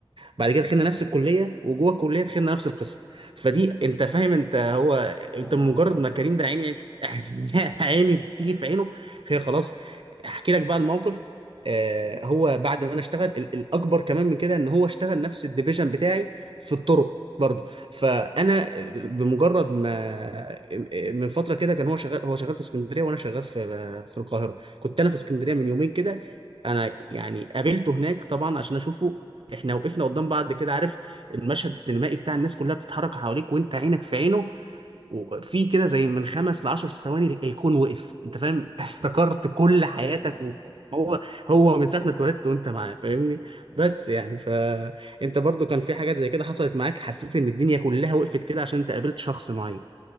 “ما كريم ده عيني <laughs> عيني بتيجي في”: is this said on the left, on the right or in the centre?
Right